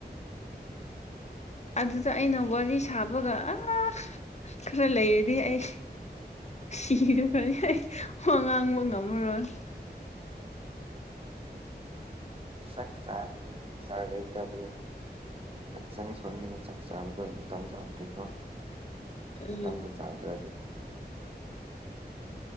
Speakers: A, on the left; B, on the right.
A: ꯑꯗꯨꯗ ꯑꯩꯅ ꯋꯥꯔꯤ ꯁꯥꯕꯒ ꯑ ꯈꯔ ꯂꯩꯔꯗꯤ ꯑꯩ ꯁꯤꯔ ꯋꯥ ꯉꯥꯡꯕ ꯉꯝꯃꯔꯣꯏ
B: ꯆꯥꯛ ꯆꯥꯕꯗꯤ ꯆꯥꯅꯤꯡꯗꯕꯅꯤ ꯍꯛꯆꯥꯡ ꯁꯣꯝꯒꯤꯅꯤ ꯆꯥꯛ ꯆꯥꯕꯗꯣ ꯃꯇꯝ ꯆꯥꯗ꯭ꯔꯤꯀꯣ
A: ꯎꯝ
B: ꯃꯇꯝꯗꯣ ꯆꯥꯗ꯭ꯔꯗꯤ